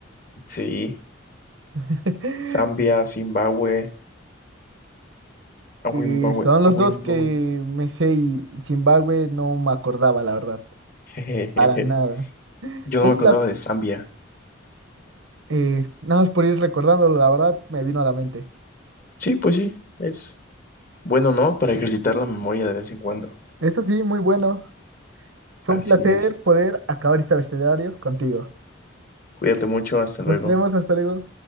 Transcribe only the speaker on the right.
<laughs>
Y
son los
dos que me sé y Zimbabue no me acordaba, la verdad,
para nada.
Un
pla-
eh, nada más por ir recordándolo, la verdad, me vino a la mente.
Eso sí, muy bueno. Fue
un placer
poder acabar este abecedario contigo.
Nos vemos, hasta luego.